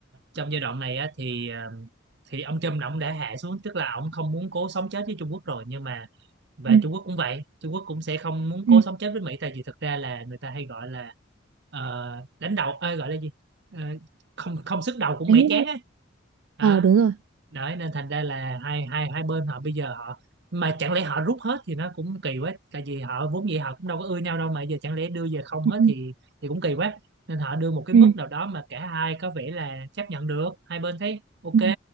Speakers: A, on the right; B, on the right.
A: trong giai đoạn này á, thì ờ, thì ông Trump là ông đã hạ xuống tức là ông không muốn cố sống chết với Trung Quốc rồi nhưng mà và
B: ừ
A: Trung Quốc cũng vậy Trung Quốc cũng sẽ không muốn
B: ừ
A: cố sống chết với Mỹ tại vì thực ra là người ta hay gọi là ờ, đánh đầu ơi gọi là gì Ờ, không không sức đầu cũng
B: đánh
A: Mỹ
B: nhau
A: chán á đó
B: ờ đúng rồi
A: đấy nên thành ra là hai hai hai bên họ bây giờ họ mà chẳng lẽ họ rút hết thì nó cũng kỳ quá tại vì họ vốn dĩ họ cũng đâu có ưa nhau đâu mà giờ chẳng lẽ đưa về không hết
B: ừ
A: thì thì cũng kỳ quá nên họ đưa một cái
B: ừ
A: mức nào đó mà cả hai có vẻ là chấp nhận được hai bên thấy ok
B: ừ